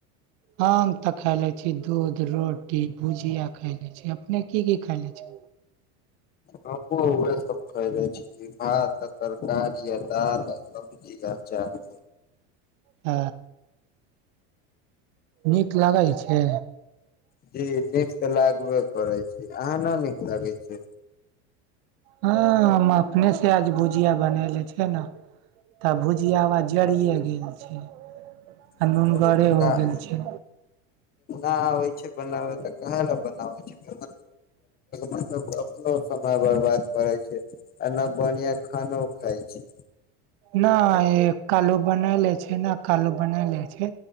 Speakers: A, on the right; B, on the left.
A: हम तऽ खाय ले छी दूध रोटी भुजिया खायले छी अपने की की खायले छी
B: हम उह सब कहे छीर कारीार किदा चार
A: ह नीक लागै छै
B: जी नीक तऽ लागबे करै छी अहाँ न नीक लगे छै
A: हँ हम अपने से आज भुजिया बनैले छियै न तऽ भुजियाबा जरिये गेल छै आ
B: जब
A: नुनगरे
B: न
A: हो गेल छै
B: आबै छै बनावै तऽ कहे ल बनाबै छै <unintelligible> मतलब अपनो समय बर्बाद करे छै ऐ ना बढ़िया खानो खाय छै
A: नहि कालो बना लै छै ने कालो बना ले छै